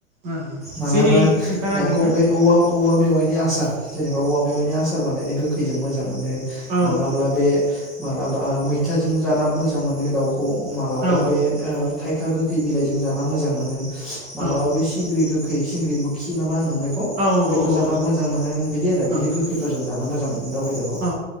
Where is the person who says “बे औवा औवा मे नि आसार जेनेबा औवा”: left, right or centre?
Centre